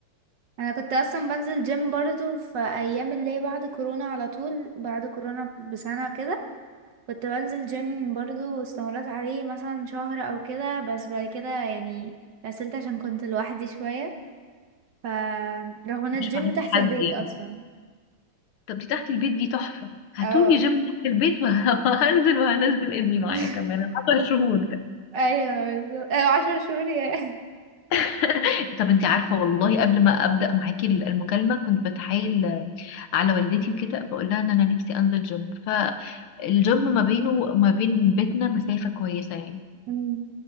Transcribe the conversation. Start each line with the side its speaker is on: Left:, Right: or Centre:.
Right: انا كنت اصلا بنزل جيم برضو في ايام اللي هي بعد كورونا على طول بعد كورونا بسنة كده كنت بنزل جيم برضو واستمريت عليه مثلا شهر او كده بس بعد كده يعني كسلت عشان كنت لوحدي شوية ف رغم ان الجيم
Left: مش فاهمة
Right: تحت
Left: حد
Right: البيت
Left: يعني
Right: اصلا
Left: طب دي تحت البيت دي تحفة هاتولي
Right: اه
Left: جيم تحت البيت وه- <laughs> وهنزل وهنزل ابني معايا
Right: <laughs>
Left: كمان 10 شهور ده
Right: ايوه بالظبط. ايوه عشر شهور يا
Left: <laughs> طب انت عارفة والله قبل ما أبدأ معاكي المكالمة كنت بتحايل آه، على والدتي وكده بقول لها ان انا نفسي انزل جيم فالجيم ما بينه وما بين بيتنا مسافة كويسة يعني
Right: مم.